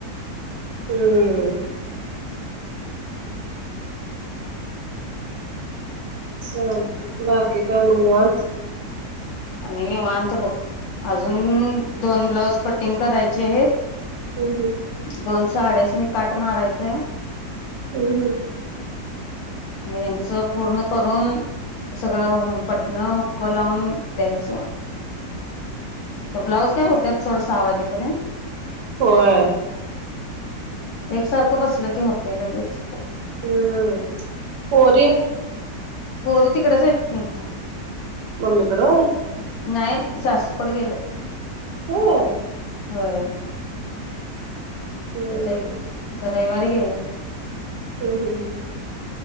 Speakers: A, on the right; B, on the left.
A: हम्म चालतंय बाकी काय मग निवांत?
B: आणि निवांत बघ. अजून दोन ब्लाऊज कटिंग करायचे हेत
A: हम्म हम्म
B: दोन साड्यासनी काट मारायचंय.
A: हम्म हम्म
B: म यांच पूर्ण करून सगळं बटणं, हुक्क लावून द्यायचं. ब्लाऊज काय होत्यात सोड सहा वाजेपर्यंत.
A: होय
B: एकसारखं बसलं की होतय लगेच.
A: हम्म पोरी?
B: पोरी तिकडच आहेत की.
A: मम्मीकड होय?
B: नाही सासूकडे गेलेत.
A: होय
B: होय
A: हम्म
B: त्याचा एक रविवारी गेल
A: हम्म हम् हम्म